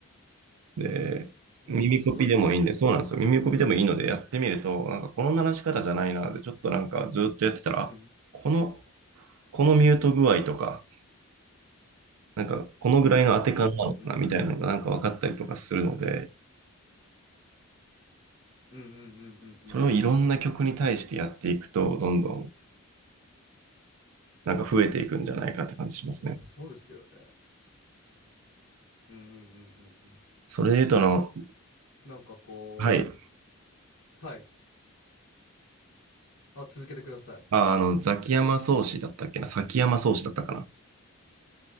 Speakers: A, on the right; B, on the left.
A: で、
B: やっぱそうですよね。
A: 耳コピでもいいんで、そうなんですよ。耳コピでもいいのでやってみると、なんかこの鳴らし方じゃないなで、ちょっとなんかずっとやってたら、
B: うん
A: あ、この、このミュート具合とか、なんかこのぐらいの当て感なのかなみたいなのがなんか分かったりとかするので、
B: うんうんうんうんうんうんうんうんうんうんう
A: それをいろんな曲に対してやっていくと、どんどんなんか増えていくんじゃないかって感じしますね。
B: んやっぱそうですよね。うんうんうんうんうん。
A: それで言うと、あの、
B: なんかこ
A: はい。
B: う、はい。あ、続けてください。
A: あ、あの、ザキヤマ宗師だったっけな崎山宗師だったかな